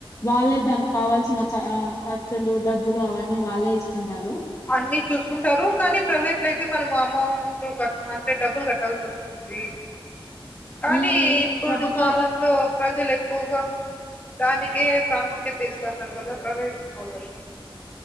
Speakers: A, on the left (about 35°); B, on the left (about 15°).
A: వాళ్ళే తనకు కావాల్సిన అ ఖర్చులు డబ్బులు అవన్నీ వాళ్ళే ఇస్తుంటారు అయితే
B: అన్ని చూసుకుంటారు కానీ ప్రైవేట్ లో అయితే మనం అమౌంట్ క అంటే డబ్బులు కట్టాల్సి వస్తుంది కానీ
A: ఈ
B: ఇప్పుడు
A: ప్రభుత్వ
B: కాలంలో ప్రజలు ఎక్కువగా దానికి ప్రాముఖ్యత ఇస్తున్నారు కదా ప్రైవేట్ స్కూళకి